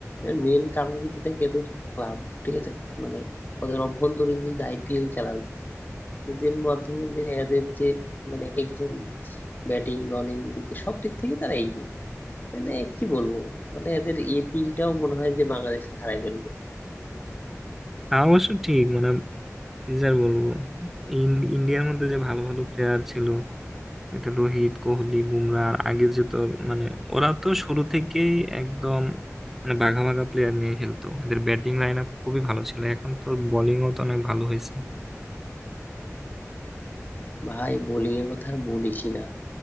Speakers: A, on the left; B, in the centre.
A: এর মেন কারণ কিন্তু দেখ এদের ক্লাব ঠিক আছে মানে ওদের অভ্যন্তরীণ যে আইপিএল খেলা হইতেছে এদের মাধ্যমে যে এদের যে মানে এক একজন ব্যাটিং বোলিং দিক থেকে সব দিক থেকে তারা এগিয়ে মানে কি বলবো মানে এদের এ টিমটাও মনে হয় যে বাংলাদেশকে হারাই ফেলবে
B: হ্যাঁ অবশ্য ঠিক মানে কি যে আর বলবো ইন- ইন্ডিয়ার মধ্যে যে ভালো ভালো প্লেয়ার ছিল এটা রোহিত কোহলি বুমরা আর আগে যে তোর মানে ওরা তো শুরু থেকেই একদম মানে বাঘা বাঘা প্লেয়ার নিয়ে খেলতো এদের ব্যাটিং লাইন আপ খুবই ভালো ছিল এখন তোর বোলিংও তো অনেক ভালো হয়েছে
A: ভাই বোলিং এর কথা আর বলিসই না